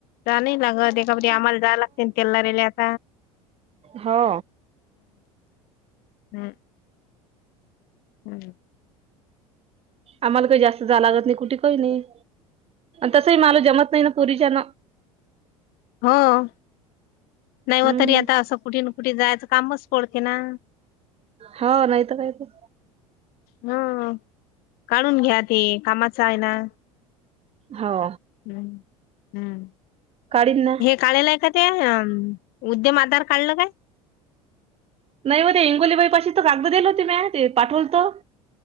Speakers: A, on the left; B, on the right.
A: जा नाही लागत एखप आम्हाला जा लागते तेलला रेल्या.
B: हा.
A: हम्. हम्म.
B: आम्हाला काही जास्त जाला लागत नाही कुठे काही नाही. तसही मालू जमत नाही ना पुरीच्या ना
A: हा.
B: हम्म
A: नाही म तरी आता असं कुठे ना कुठे जायचं कामच पडते ना.
B: हो नाही तर काहीत.
A: हा काढून घ्या ते कामाच आहे ना.
B: हो.
A: हम्म हम्म.
B: कडील ना.
A: काढलाय का ते उद्यम आधार काढलं काय.
B: नाही मग ते हिंगोलीबाईपाशी तर कागद दिलं होती म ते पाठवलत.